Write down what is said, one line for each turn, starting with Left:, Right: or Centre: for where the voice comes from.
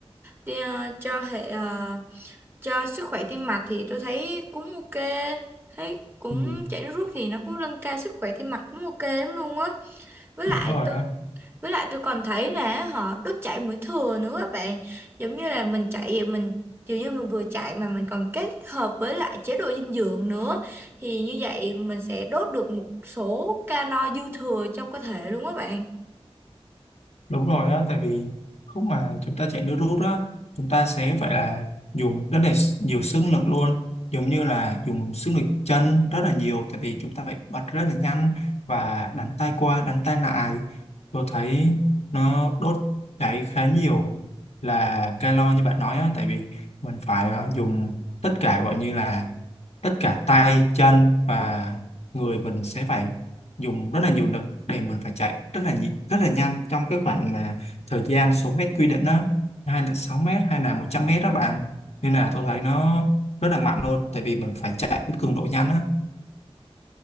Right: ờ, cho hệ ờ, cho sức khỏe tim mạch thì tôi thấy cũng ok thấy cũng
Left: ừ,
Right: chạy nước rút thì nó cũng nâng cao sức khỏe tim mạch cũng ok lắm luôn á với
Left: đúng
Right: lại
Left: rồi
Right: tôi
Left: á.
Right: với lại tôi còn thấy là họ đốt chạy mỡ thừa nữa á bạn giống như là mình chạy mình kiểu như mình vừa chạy mà mình còn kết hợp với lại chế độ dinh dưỡng nữa thì như vậy mình sẽ đốt được một số calo dư thừa trong cơ thể luôn á bạn
Left: Đúng rồi á, tại vì lúc mà chúng ta chạy nước rút á, chúng ta sẽ phải là dùng rất là nhiều sức lực luôn, giống như là dùng sức lực chân rất là nhiều, tại vì chúng ta phải bật rất là nhanh và đánh tay qua, đánh tay lại. Tôi thấy nó đốt cháy khá nhiều là calo như bạn nói á, tại vì mình phải ờ, dùng tất cả gọi như là tất cả tay, chân và người mình sẽ phải dùng rất là nhiều lực để mình phải chạy rất là nhị, rất là nhanh trong cái khoảng mà thời gian số mét quy định đó hay là 6 mét hay là 100 mét đó bạn nên là tôi thấy nó rất là mạnh luôn tại vì mình phải chạy với cường độ nhanh á